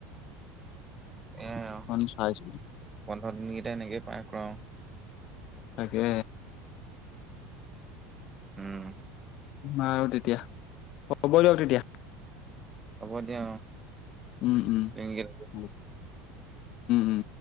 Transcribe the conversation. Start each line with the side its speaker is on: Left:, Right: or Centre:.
Right: এ অ।
Left: অ, চাইছ।
Right: পোন্ধৰ দিনকেইটা এনেকেই পাৰ কৰাও।
Left: তাকে।
Right: উম
Left: আ আৰু তেতিয়া, হ'ব দিয়ক তেতিয়া।
Right: হ'ব দিয়া অ।
Left: উম, উম।
Right: এই
Left: উম, উম।